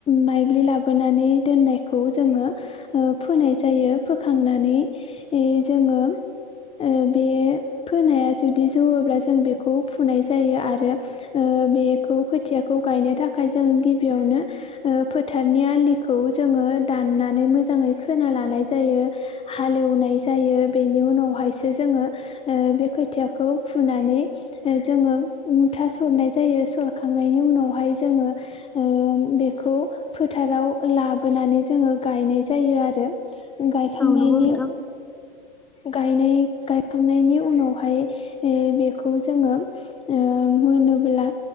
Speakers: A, on the left (about 20°); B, in the centre.
A: माइग्लि लाबोनानै दोननायखौ जोङो ओ फोनाय जायो फोखांनानै जोङो ओ बे फोनाया जुदि जौवोब्ला जों बेखौ फुनाय जायो आरो ओ बेखौ खोथिआखौ गायनो थाखाय जों गिबिआवनो ओ फोथारनि आलिखौ जोङो दाननानै मोजाङै खोना लानाय जायो हाल एवनाय जायो बेनि उनावहायसो जोङो ओ बे खोथिआखौ फुनानै जोङो मुथा सरनाय जायो सर खांनायनि उनावहाय जोङो ओ बेखौ फोथाराव लाबोनानै जोंङो गायनाय जायो आरो ओ गायखांनायनि
B: औ नोंथां औ नंगौ नोंथां
A: गायनाय गायखांनायनि उनावहाय ओ बेखौ जोंङो ओ होनोब्ला